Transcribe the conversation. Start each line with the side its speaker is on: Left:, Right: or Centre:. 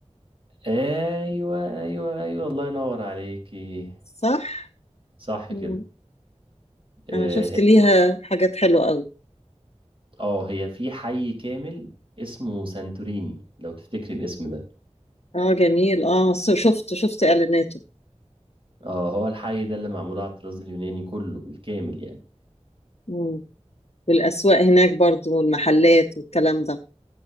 Right: ايوه ايوه ايوه الله ينور عليكي
Left: صح
Right: صح
Left: مم.
Right: كده اه
Left: انا شفت ليها حاجات حلوة قوي
Right: آه، هي في حي كامل اسمه سانتوريني لو تفتكري الاسم ده
Left: اه جميل اه س- شفت شفت اعلاناته
Right: اه هو الحي ده اللي معمول على الطراز اليوناني كله بالكامل يعني
Left: مم. والأسواق هناك برضو والمحلات والكلام ده